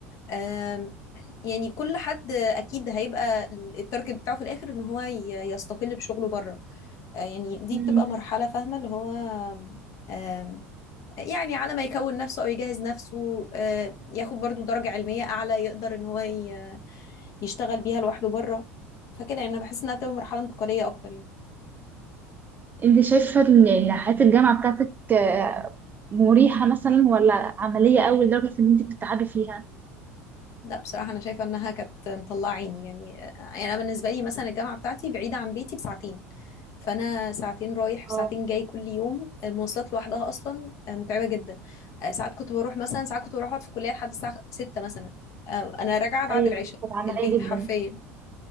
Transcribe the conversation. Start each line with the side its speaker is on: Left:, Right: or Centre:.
Left: آم، يعني كل حد اكيد هيبقى ال- التارجت بتاعه في الاخر ان هو ي- يستقل بشغله بره آه، يعني دي
Right: أمم.
Left: بتبقى مرحله فاهمه اللي هو آم، يعني على ما يكون نفسه او يجهز نفسه آه، ياخد برضو درجه علميه اعلى يقدر ان هو ي- يشتغل بيها لوحده بره فكده يعني انا بحس انها تبقى مرحله انتقاليه اكتر يعني
Right: انت شايفة ان إن حياة الجامعة بتاعتك آه، مريحة مثلا ولا عملية أوي لدرجة ان انت بتتعبي فيها
Left: لا بصراحة أنا شايفة إنها كانت مطلعة عيني يعني آه، أنا بالنسبة لي مثلا الجامعة بتاعتي بعيدة عن بيتي بساعتين فأنا ساعتين رايح وساعتين
Right: اه
Left: جاي كل يوم المواصلات لوحدها أصلا آه، متعبة جدا آه، ساعات كنت بروح مثلا ساعات كنت بروح أقعد في الكلية لحد الساعة ستة مثلا آه، أنا راجعة بعد
Right: ايوه
Left: العشاء
Right: كانت عمليه
Left: البيت حرفيا
Right: جدا